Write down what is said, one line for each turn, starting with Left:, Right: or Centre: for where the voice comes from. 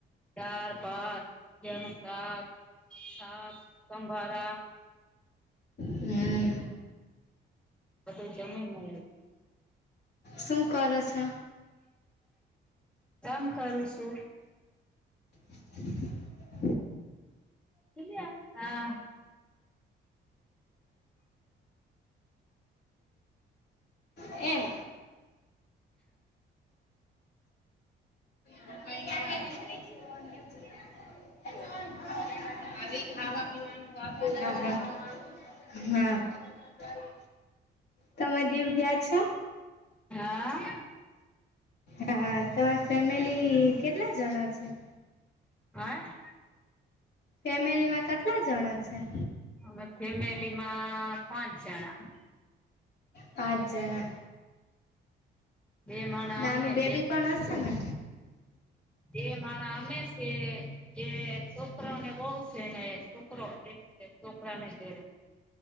Centre: ચાર પાંચ ગું સાત સાત સમભારા.
Left: હમ.
Centre: બધું જમે ને
Left: શું કરો છો.
Centre: કમ કરું છું.
Left: <inaudible>
Centre: એયા હા.
Left: એમ. <unintelligible> હા હા હા. તમે દીવ ગયા છો.
Centre: હા.
Left: હા તમાર ફેમિલી કેટલા જણા છે.
Centre: હા અ.
Left: ફેમિલી માં કેટલા જણા છે.
Centre: અમે ફેમિલી માં પાંચ જણા.
Left: પાંચ જણા.
Centre: બે માણા
Left: નાનું
Centre: અમે લે
Left: બેબી પણ હશે ને.
Centre: એ માણા અમે છે એ છોકરોને વોવશે ને છોકરો છોકરાને ધરે